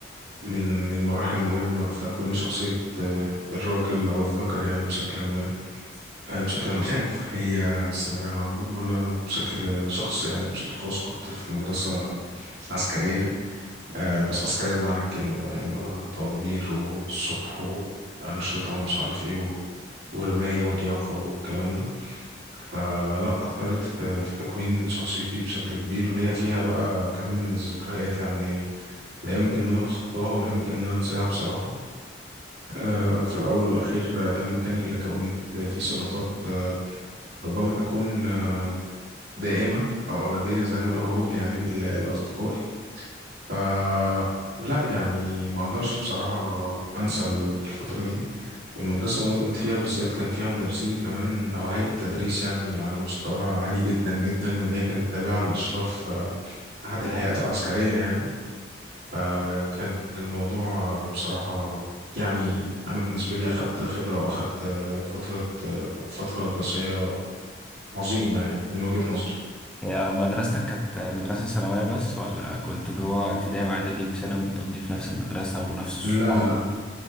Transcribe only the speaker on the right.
من من المراحل المهمه في تكوين شخصيه آه، الراجل او الذكر يعني بشكل ما آه، بشكل عام <laughs> هي الثانويه العامه وانا بشكل شخص يعني بشكل خاص كنت في مدرسه عسكريه آه، بس عسكريه بمعنى الكلمه بقى يعني اللي هو طوابير والصبح وانشطه ومش عارف ايه و- ورمايه ولياقه والكلام ده فلا أثرت في في تكوين شخصيتي بشكل كبير وليا فيها بقى كم من الذكريات يعني لا يمكن إن أنا أتخطاها ولا يمكن إن أنا أنساها بصراحة آه، في الأول والأخير آه، ده المكان اللي كونت فيه صداقات آه، ربما تكون آه، دائمة أو أبدية زي ما أنا بقول يعني ل- لأصدقائي ف لا يعني ما أقدرش بصراحة أنسى الفترة دي والمدرسة اللي أنا كنت فيها بالذات كان فيها مدرسين كمان أو هيئة تدريس يعني على مستوى عالي جدا جدا لأن هي كانت تابعة للإشراف آه، أحد الهيئات العسكرية يعني فكان الموضوع آه، بصراحة يعني أنا بالنسبة لي أخدت خبرة وأخدت آه، فترة آه، فترة دراسية عظيمة يعني من وجهة نظري
لا لا